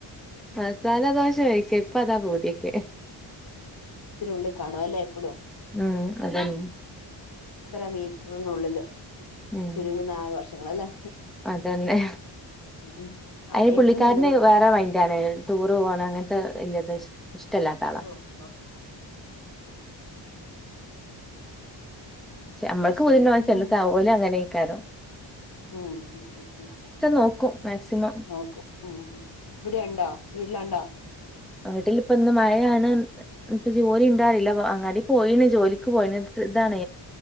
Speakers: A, in the centre; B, on the left.
A: മസാല ദോശ കഴിക്ക ഇപ്പൊഅതാ പൂതിയൊക്കെ
B: ള്ളിക്ക കാണോ അല്ലേ എപ്പോഴും
A: ഉം അതന്ന
B: എത്ര മീറ്ററിനുള്ളില്
A: ഉം
B: ചുരുങ്ങുന്നാഗ വർഷങ്ങളല്ലേ
A: അതന്നെ
B: ഉം. അതാ
A: അതിന് പുള്ളിക്കാരന്
B: ഏറ്റവും നല്ലത്
A: വേറെ മൈൻഡ് ആണ് ടൂർ പോകണം അങ്ങന ഇ ഇല്ലത് ഇഷ്ടല്ലാത്തള
B: ഓ ഓ
A: നമ്മക്ക്
B: ശരി
A: പുതിന്ന <unintelligible>
B: ഉം
A: ഓല് അങ്ങനെക്കാറും
B: ഉം ഉ ഉ ഉ
A: നോക്കും മാക്സിമം
B: നോക്കും ഉം ഉ ഇവിടെ ഉണ്ടോ വീട്ടിലാണ്ടാ
A: വീട്ടില് ഇപ്പൊന്ന് മഴയാണ് അപ്പ ജോലി ഉണ്ടോ അറീല അങ്ങാടി പോയീണ് ജോലിക്ക് പോയീ <unintelligible> ഇതാണ്